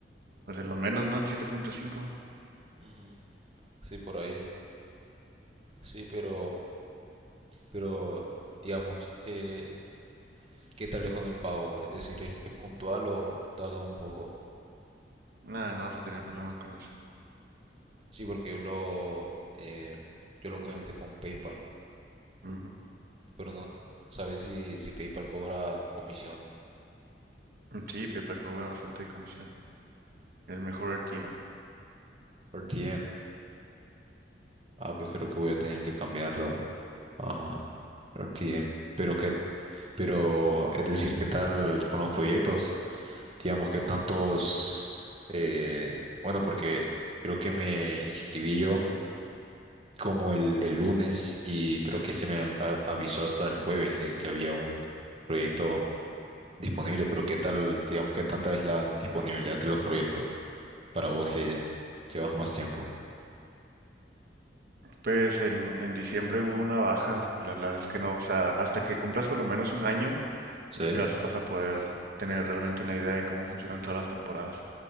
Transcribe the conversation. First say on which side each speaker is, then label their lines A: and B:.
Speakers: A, on the right (about 55°); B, on the right (about 35°).
A: pues en lo menos, ¿no? En siete punto cinco
B: ujú, sí, por ahí. Sí, pero, pero digamos, eh, ¿qué tal es con el pago? Es decir, ¿es, es puntual o tardan un poco?
A: Nada, no vas a tener problema con eso.
B: Sí, porque yo lo, eh, yo lo conecté con PayPal,
A: Ujú.
B: pero no sabes si, si PayPal cobra comisión.
A: Sí, PayPal cobra bastante de comisión. Es mejor RTM.
B: Por TM. Ah, pues creo que voy a tener que cambiarlo a RTM. Pero que, pero es decir, ¿qué tal con los proyectos? Digamos, ¿qué tantos? eh, bueno, porque creo que me inscribí yo como el, el lunes y creo que se me al- a- avisó hasta el jueves que, que había un proyecto disponible. Pero ¿qué tal, digamos, qué tanta es la disponibilidad de los proyectos para vos que llevas más tiempo?
A: Pues en, en diciembre hubo una baja, la, la verdad es que no, o sea, hasta que cumplas por lo menos un año,
B: Sí.
A: yo creo que vas, vas a poder tener realmente una idea de cómo funcionan todas las temporadas,